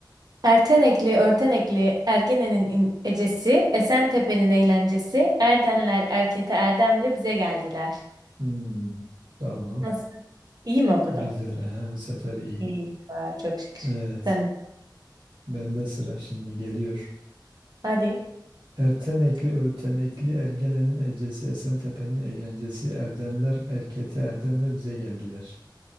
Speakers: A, on the right (about 55°); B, on the right (about 80°).
A: Ertenekli, örtenekli, Ergene'nin in- ecesi, Esentepe'nin eğlencesi, Erdenler, Erkete, Erdemli bize geldiler.
B: Hmm, tamam.
A: Nasıl? İyi mi okudum?
B: Güzel he. Bu sefer iyi.
A: İyi var çok şükür.
B: Evet.
A: Sen
B: Bende sıra şimdi geliyor.
A: hadi.
B: Ertenekli örtenekli Ergene'nin ecesi Esentepe'nin eğlencesi Erdenler Erkete Erdem'le bize geldiler.